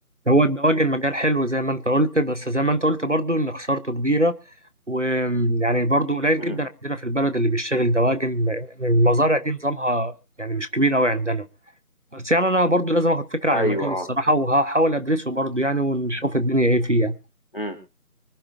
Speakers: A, on the right (about 50°); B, on the left (about 35°).
A: هو الدواجن مجال حلو زي ما انت قلت بس زي ما انت قلت برضه ان خسارته كبيرة ويعني برضه قليل
B: امم
A: جدا عندنا في البلد اللي بيشتغل دواجن المزارع دي نظامها يعني مش كبير قوي عندنا بس يعني انا برضو لازم اخد فكره عن
B: ايوه
A: المجال الصراحه
B: اه
A: وهحاول ادرسه برضو يعني ونشوف الدنيا ايه فيه يعني
B: امم